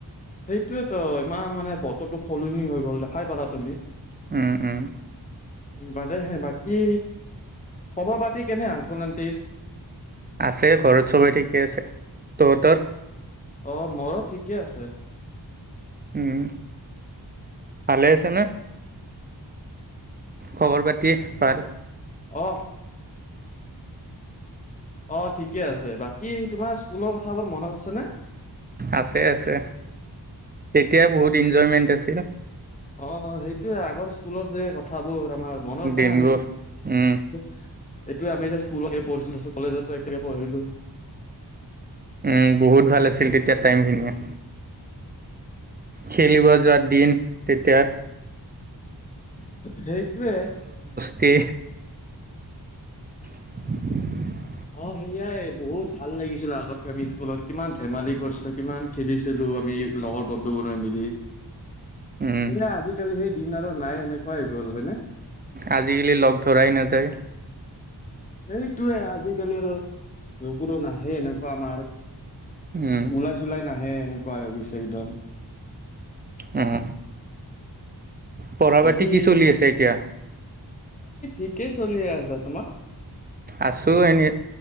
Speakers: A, on the left (about 20°); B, on the right (about 25°).
A: সেইটোয় তো ইমান মানে বতৰটো সলনি হৈ গল দেখাই পালা তুমি।
B: উম উম।
A: উ বাদেহে, বাকী খবৰ পাতি কেনে আংকুল আনটিৰ?
B: আছে ঘৰত সবেই ঠিকে আছে, তহঁতৰ?
A: অ' মোৰো ঠিকে আছে।
B: উম ভালে আছে না, খবৰ পাতি ভাল?
A: অ'। অ', ঠিকে আছে। বাকী তোমাৰ স্কুলৰ কথাবোৰ মনত আছে নে?
B: আছে আছে। তেতিয়াই বহুত ইনজয়মেণ্ট আছিল।
A: অ', সেইটোৱে। আগৰ স্কুলৰ যে কথাবোৰ আমাৰ মনত আছে
B: দিনবোৰ
A: নে আমি
B: উম
A: এইটোৱে আমি যে স্কুলতে পঢ়িছিলোঁ। তাৰপাছত কলেজতো একেলগে পঢ়িলোঁ।
B: উম, বহুত ভাল আছিল তেতিয়াৰ টাইমখিনিয়ে। খেলিব যোৱাৰ দিন তেতিয়াৰ।
A: সেইটোৱে।
B: তে? <inaudible>
A: অ', সেয়াই বহুত ভাল লাগিছিল আগতে, আমি স্কুলত কিমান ধেমালি কৰিছিলো, কিমান খেলিছিলো। তুমি, লগৰ বন্ধুবোৰে মিলি।
B: <inaudible> উম
A: সেইয়া, আজি-কালি সেইদিন আৰু নাই, এনেকুৱাই হৈ গ'ল হয়নে?
B: আজি-কালি লগ ধৰাই নাযায়।
A: সেইটোয়ে, আজি-কালি আৰু লগবোৰো নাহে এনেকুৱা আমাৰ
B: উম
A: উলাই-চোলাই নাহে, এনেকুৱাই হৈ গৈছে একদম।
B: অহ। পঢ়া-পাতি
A: বাকী
B: কি চলি আছে এতিয়া?
A: ঠিকে চলি আছে। তোমাৰ?
B: আছোঁ এনে